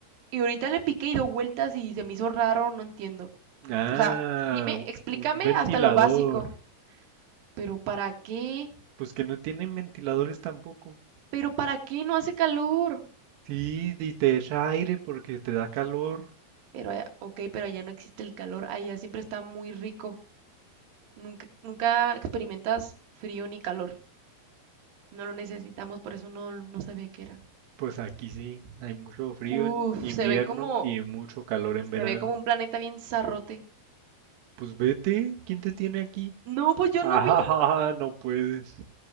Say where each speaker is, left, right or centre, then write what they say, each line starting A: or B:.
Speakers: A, on the right (about 65°); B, on the right (about 85°).
A: Y ahorita le piqué y dio vueltas y se me hizo raro, no entiendo.
B: Ah,
A: O sea, dime, explícame
B: un ventilador.
A: hasta lo básico. Pero ¿para qué?
B: Pues que no tienen ventiladores tampoco.
A: Pero ¿para qué no hace calor?
B: Sí, y te echa aire porque te da calor.
A: Pero, allá- ok, pero allá no existe el calor, allá siempre está muy rico. Nunca, nunca experimentas frío ni calor. No lo necesitamos, por eso no, no sabía qué era.
B: Pues aquí sí, hay mucho frío
A: Uf,
B: en invierno
A: se ve como,
B: y mucho calor en
A: se
B: verano.
A: ve como un planeta bien zarrote.
B: Pues vete, ¿quién te tiene aquí?
A: No, pues
B: <laughs>
A: yo
B: Ah,
A: no vi.
B: no puedes.